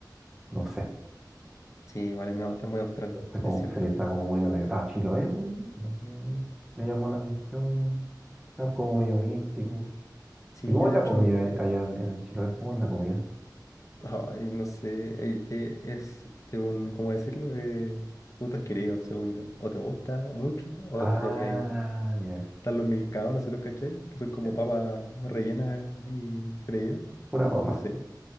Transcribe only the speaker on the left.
Sí, igual es medio- es muy austral,
es cierto.
Sí,
yo
de
hecho,
ay, no sé, eh, eh, es eh, un, ¿cómo decirlo? Eh, gusto adquirido, según yo. O te gusta mucho o
lo odias.
Están los milcaos, no sé si los cachai, que son como
papas rellenas y freídas.
No sé,